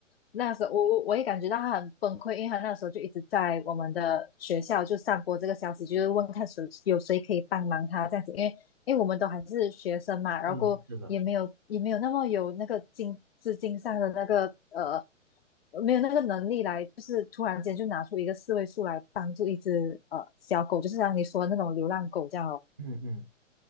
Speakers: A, on the left (about 50°); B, on the right (about 25°).
A: 那时候我我我也感觉到他很崩溃，因为他那时候就一直在我们的学校就散播这个消息，就是问看谁有谁可以帮忙他这样子，因为因为我们都还是学生嘛，然后过后也没有也没有那么有那个经资金上的那个呃
B: 嗯，是的。
A: 没有那个能力来，就是突然间就拿出一个四位数来帮助一只呃小狗，就是像你说的那种流浪狗这样哦，
B: 嗯嗯，